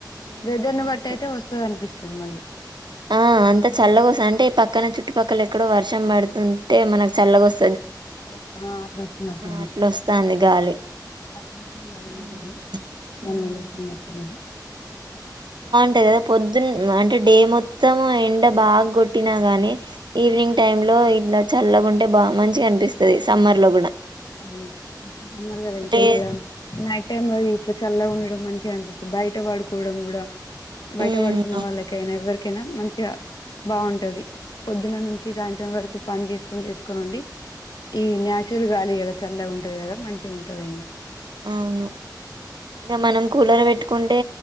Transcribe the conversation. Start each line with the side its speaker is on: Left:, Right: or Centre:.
Right: ఉమ్
Left: వెదర్న్ బట్టి అయితే వస్తది అనిపిస్త మిమ్మల్ని
Right: ఆ అంత చల్ల కోస్త అంటే ఈ పక్కన చుట్టుపక్కల ఎక్కడో వర్షం పడుతుంటే మనకు చల్ల గోస్త
Left: ఆ అట్లా అస్తున్నటుంది
Right: అట్లొస్తాంది గాలి
Left: పక్కనకి పడి
Right: హ్మ్.
Left: ఉంటది <unintelligible>
Right: హ్మ్. అంటే కదా పొద్దున్న అంటే డే మొత్తం మొత్తం ఎండ బాగా కొట్టినా గానీ ఈవినింగ్ టైమ్ లో ఇట్లా చల్లగుంటే బాగా మంచిగా అనిపిస్తది సమ్మర్ లో కూడా
Left: అవును సమ్మర్ గద ఇంక
Right: లే
Left: ఇట్లా నైట్ టైమ్ లో ఇట్లా చల్ల ఉండడం మంచిగా అనిపిస్తది బయట పడుకోవడం కూడా బయట
Right: మ్మ్
Left: వడుకున్న వాళ్ళకయినా ఎవరి కేనా మంచిగా బాగుంటది పొద్దున్న నుంచి సాయంత్రం వరకు పని చేసుకొని చేసుకొని ఉండి ఈ నాచురల్ గాలి కదా చల్లగా ఉంటది కదా మంచిగా ఉంటుది ఇంగా
Right: అవును ఇంగా మనం కూలర్ పెట్టుకుంటే